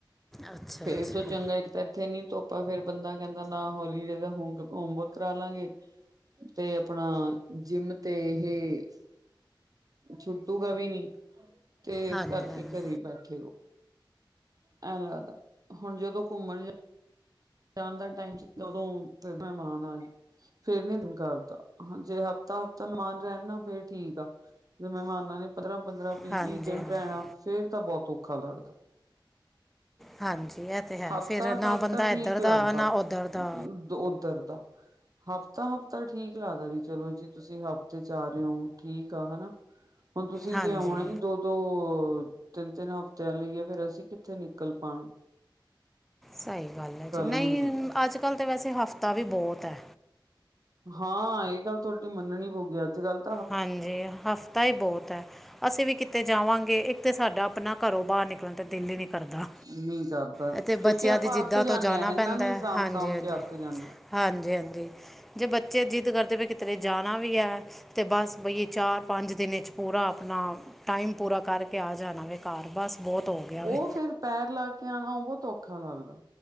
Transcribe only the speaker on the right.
ਫੇਰ
ਇਹ ਤੋਂ ਚੰਗਾ ਇੱਕ ਤਾਂ ਇੱਥੇ ਨੀ ਧੁੱਪ ਆ ਫੇਰ ਬੰਦਾ ਕਹਿੰਦਾ ਨਾ <unintelligible> ਹੋਮਵਰਕ ਕਰਾ ਲਾਂਗੇ। ਤੇ ਆਪਣਾ ਜਿੰਮ ਤੇ ਇਹੇ ਛੁੱਟੂਗਾ ਵੀ ਨੀ, ਤੇ ਇਸ
ਕਰਕੇ
ਘਰੇ ਬੈਠੇ ਰਹੋ। ਐਂ ਲੱਗਦਾ, ਹੁਣ ਜਦੋਂ ਘੁੰਮਣ ਜਾ ਜਾਣ ਦਾ ਟਾਈਮ ਸੀਗਾ ਉਦੋਂ ਫਿਰ ਮਹਿਮਾਨ ਆਗੇ। ਫੇਰ ਨੀ ਦਿਲ ਕਰਦਾ, ਜੇ ਹਫ਼ਤਾ-ਹਫ਼ਤਾ ਮਹਿਮਾਨ ਰਹਿਣ ਨਾ ਫਿਰ ਠੀਕ ਆ। ਜੇ ਮਹਿਮਾਨ ਨੇ ਪੰਦਰਾਂ-ਪੰਦਰਾਂ, ਵੀਹ-ਵੀਹ
ਦਿਨ
ਰਹਿਣਾ ਫੇਰ ਤਾਂ ਬਹੁਤ ਔਖਾ ਲੱਗਦਾ।
ਹਫ਼ਤਾ
ਤੱਕ
ਤਾਂ
ਠੀਕ
ਲੱਗਦਾ
ਉੱਧਰ ਦਾ ਹਫ਼ਤਾ-ਹਫ਼ਤਾ ਠੀਕ ਕੀ ਲੱਗਦਾ ਵੀ ਚਲੋ ਜੀ ਤੁਸੀਂ ਹਫ਼ਤੇ 'ਚ' ਆ ਰਹੇ ਹੋ ਠੀਕ ਆ ਹਨਾ। ਹੁਣ ਤੁਸੀਂ
ਜੇ ਆਉਣਾ ਈ ਦੋ ਦੋ, ਤਿੰਨ-ਤਿੰਨ ਹਫ਼ਤਿਆਂ ਲਈ ਆ ਫੇਰ ਅਸੀਂ ਕਿੱਥੇ ਨਿਕਲ ਪਾਣ।
ਹੁੰਦੀ ਆ।
ਹਾਂ ਇਹ ਗੱਲ ਤੁਹਾਡੀ ਮੰਨਣੀ ਪਊਗੀ ਅੱਜ-ਕੱਲ੍ਹ
ਨਹੀਂ ਕਰਦਾ
ਕਿਉਂਕਿ
ਆਪਾਂ
ਅੱਕ ਜਾਂਦੇ
ਹਾਂ ਇਹਨਾਂ
ਨੂੰ ਹੀ ਸਾਂਭ
ਸਾਂਭ ਕੇ ਅੱਕ ਜਾਂਦੇ ਹਾਂ
ਉਹ ਫਿਰ ਪੈਰ ਲਾ ਕੇ ਆਉਣਾ ਉਹ ਬਹੁਤ ਔਖਾ ਲੱਗਦਾ,